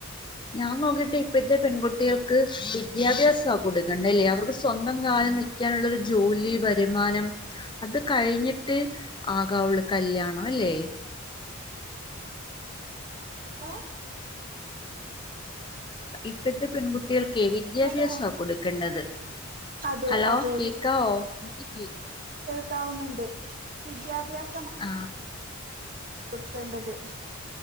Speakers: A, on the left; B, on the right.
A: ഞാൻ നോക്കിട്ട് ഇപ്പഴത്തെ പെൺകുട്ടികൾക്ക് വിദ്യാഭ്യാസാ കൊടുക്കണ്ട അല്ലേ അവർക്ക് സ്വന്തം കാലിൽ നിൽക്കാനുള്ളൊരു ജോലി വരുമാനം അത് കഴിഞ്ഞിട്ട് ആകാവുള്ളു കല്യാണം അല്ലേ.
B: ഹലോ
A: ഇ പ്പഴത്തെ പെൺകുട് ട്ടികൾക്കേ വിദ്യാഭ്യാസാ
B: ഹലോ
A: കൊടുക്കണ്ടത്
B: അതെ
A: ഹലോ
B: അതെ
A: കേക്കാവോ എനിക്ക് കേ
B: ട്ടാവുന്നുണ്ട് വിദ്യാഭ്യാസ്
A: ആ
B: കൊടുക്കേണ്ടത്.